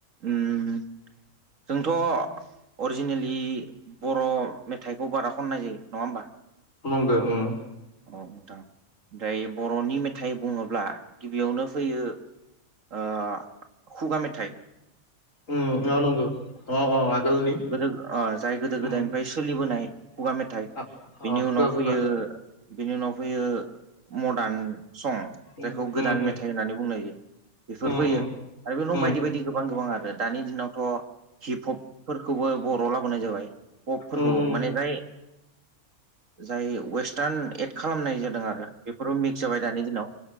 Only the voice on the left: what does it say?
नंगो उम।
उम अ नंगो अ अ आगोलनि
उम
अ
अ खुगा
खुगा
उम
उम उम
उम
उम
उम
उम उम